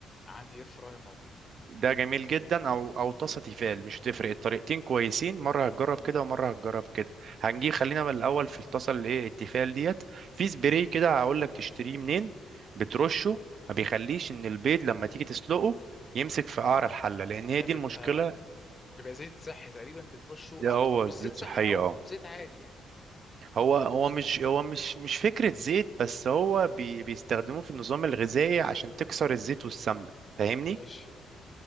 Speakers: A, on the left; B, on the right.
A: عندي اير فراير موجود
B: ده جميل جدا او او طاسه تيفال مش تفرق الطريقتين كويسين مره هتجرب كده ومره هتجرب كده هنجي
A: ماشي
B: خلينا من الاول في الطاسه اللي ايه التيفال ديت في سبراي كده هقول لك تشتريه منين بترشه ما بيخليش ان البيض لما تيجي تسلقه يمسك في قعر الحله لان هي
A: ده
B: دي
A: بيبقى
B: المشكله
A: بيبقى زيت صحي تقريبا بترشه
B: ده
A: او
B: هو
A: او مش زيت
B: زيوت
A: صحي
B: صحيه
A: او
B: اه
A: زيت عادي يعني
B: هو هو مش هو مش مش فكره زيت بس هو بي بيستخدموه في النظام الغذائي عشان تكسر الزيت والسمنه فاهمني
A: ماشي